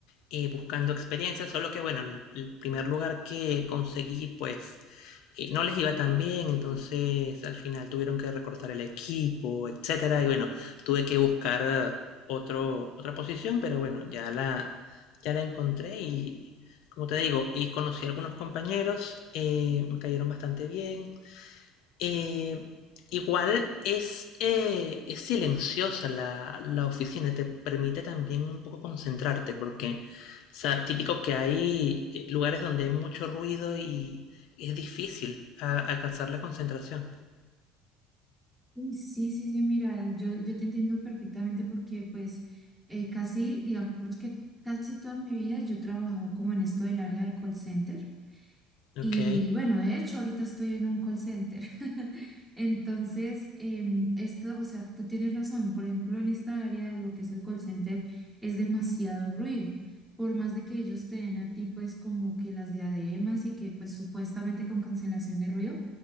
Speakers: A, on the left; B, in the centre.
A: eh, buscando experiencia, solo que bueno, el, el primer lugar que conseguí, pues eh, no les iba tan bien, entonces al final tuvieron que recortar el equipo, etcétera. Y bueno, tuve que buscar eh, otro, otra posición, pero bueno, ya la, ya la encontré y como te digo, y conocí a algunos compañeros, eh, me cayeron bastante bien. Eh, igual es, eh, es silenciosa la, la oficina, te permite también un poco concentrarte, porque, o sea, típico que hay eh, lugares donde hay mucho ruido y es difícil a- alcanzar la concentración.
B: Uy, Sí, sí, sí, mira, yo, yo te entiendo perfectamente porque pues eh, casi, digamos que casi toda mi vida yo he trabajado como en esto del área de call center.
A: Ok,
B: Y bueno, de hecho, ahorita estoy en un call center. <laughs> Entonces, em, esto, o sea, tú tienes razón. Por ejemplo, en esta área de lo que es el call center, es demasiado ruido. Por más de que ellos te den a ti, pues, como que las diademas y que, pues, supuestamente con cancelación de ruido